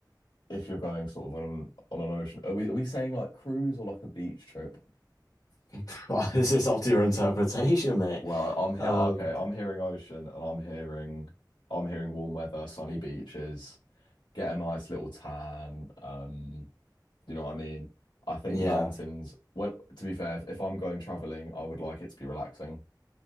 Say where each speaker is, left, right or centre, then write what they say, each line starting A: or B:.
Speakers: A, on the left; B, on the left.
A: if you're going sort of on an, on an ocean, are we are we saying like cruise or like a beach trip?
B: <laughs> This is up to your interpretation, mate.
A: Well, I'm here.
B: Um,
A: Okay, I'm hearing ocean and I'm hearing I'm hearing warm weather, sunny beaches, get a nice little tan. Um, you know what I mean? I think
B: yeah.
A: mountains. Well, to be fair, if, if I'm going traveling, I would like it to be relaxing.